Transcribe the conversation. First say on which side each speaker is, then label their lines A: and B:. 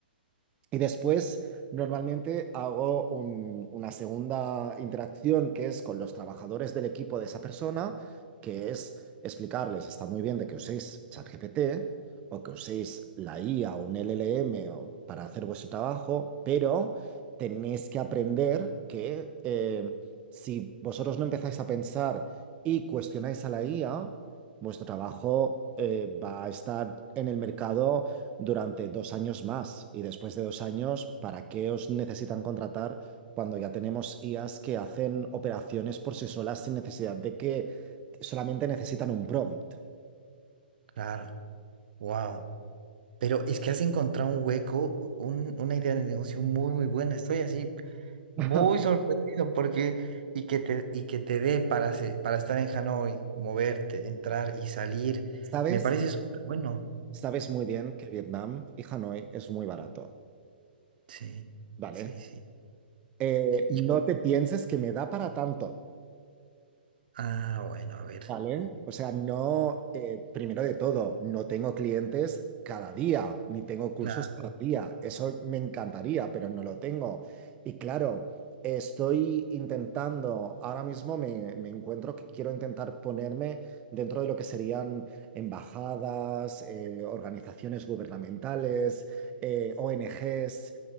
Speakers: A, on the right (about 20°); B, on the right (about 60°).
A: Y después, normalmente hago un- una segunda interacción que es con los trabajadores del equipo de esa persona, que es explicarles, está muy bien de que uséis ChatGPT o que uséis la IA o un LLM o- para hacer vuestro trabajo, pero tenéis que aprender que eh, si vosotros no empezáis a pensar y cuestionáis a la IA, vuestro trabajo eh, va a estar en el mercado durante dos años más. Y después de dos años, ¿para qué os necesitan contratar cuando ya tenemos IAs que hacen operaciones por sí solas sin necesidad de que solamente necesitan un prompt?
B: claro. Wow. Pero es que has encontrado un hueco, un- una idea de negocio muy, muy buena. Estoy así
A: <laughs>
B: Muy sorprendido porque y que te y que te dé para se- para estar en Hanoi, moverte, entrar y salir,
A: ¿Sabes?
B: me parece súper bueno.
A: Sabes muy bien que Vietnam y Hanoi es muy barato,
B: Sí,
A: ¿vale?
B: sí, sí.
A: Eh,
B: Y-
A: No te pienses que me da para tanto.
B: ah, bueno, a ver.
A: Vale, o sea, no, eh, primero de todo, no tengo clientes cada día, ni tengo cursos
B: claro.
A: cada día. Eso me encantaría, pero no lo tengo. Y claro, estoy intentando, ahora mismo me, me encuentro que quiero intentar ponerme dentro de lo que serían embajadas, eh, organizaciones gubernamentales, eh, ONGs,